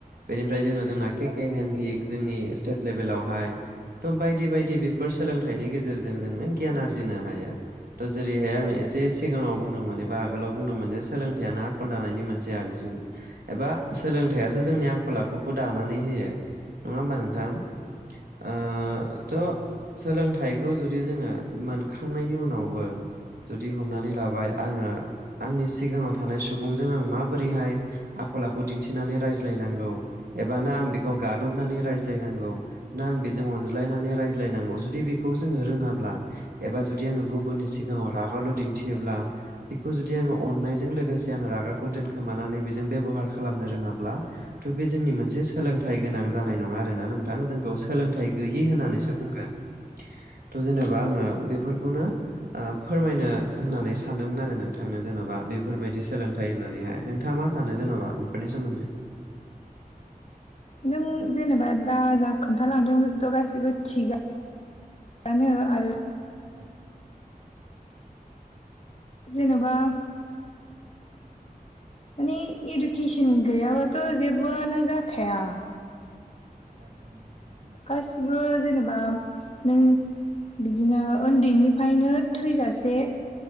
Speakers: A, on the right (about 85°); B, on the left (about 45°).
A: बेनिफ्राय जोङो जोंना केक हन्दड जोंनि स्टेट लेभेलावहाय थ' बायदि बायदि बेफोर सोलोंथाइनि गेजेरजों जोङो गियान आरजिनो हायो। थ' जेरैहाय आङो एसे सिगाङाव बुंदोंमोन एबा आगोलाव बुंदोंमोन जे सोलोंथाइयानो आखल दानायनि मोनसे आगजु। एबा सोलोंथाइयासो जोंनि आखल आखुखौ दा नानैहोयो नङा हबा नोंथां? ओ थ सोलोंथाइखौ जुदि जोङो मोनखांनायनि उनावबो जुदि हमनानै लाबाय आङो आंनि सिगाङाव थानाय सुबुंजों आं माबोरैहाय आखल आखु दिन्थिनानै रायज्लायनांगौ। एबा ना आं बेखौ गादबनानै रायज्लायनांगौ ना आं बेजों अनज्लायनानै रायज्लायनांगौ जुदि बेखौ बेखौजों रोङाब्ला एबा आं गुबुनि सि गाङाव रागाल' दिन्थियोब्ला बेखौ जुदि आङो अननायजों लोगोसे आं रागाखौ दोनखोमानानै बेजों बेब'हार खालामनो रोङाब्ला थ' बे जोंनि मोनसे सोलोंथाइ गोनां जानाय नङा आरोना नोंथां जोंखौ सोलोंथाइ गैयि होननानैसो बुंगोन
B: <inaudible>
A: थ' जेनेबा आङो बेफोरखौनो ओ फोरमायनो होननानै सानदोंमोन आरो नोंथांनो जेन'बा बेफोरबायदि सोलोंथाइ होननानैहाय नोंथाङा मा सानो जेन'बा बेफोरनि सोमोन्दै?
B: जों जेनेबा दा जा खोन्थालांदों बेखौथ' गासिबो थिगा आनो आरो
A: औ।
B: जेनेबा बे इडुकेसन गैयाबाथ' जेबोआनो जाखाया।
A: <inaudible>
B: गासिबो जेनेबा नों बिदिनो उन्दैनिफ्रायनो थैजासे